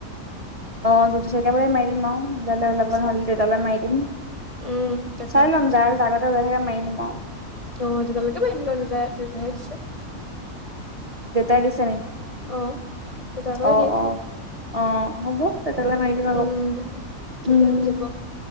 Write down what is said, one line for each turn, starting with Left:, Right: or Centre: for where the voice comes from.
Right: অ', <unintelligible> মাৰি দিম আৰু। দাদাৰ কাবা
Left: চাও।
Right: নহ'লে দেতেলে মাৰি দিম।
Left: উম তাকে
Right: চাই ল'ম যাৰ জাগতে ওলাই থাকে মাৰি দিম আও।
Left: অ', <unintelligible>
Right: দেউতাই দিছে নি?
Left: অ দেউতাৰ পৰাই
Right: অ',
Left: দিয়ে
Right: অ', অ', হ'ব। দেতালে মাৰি দিম আকৌ,
Left: উম দেউতাই
Right: উম।
Left: হৈ যাব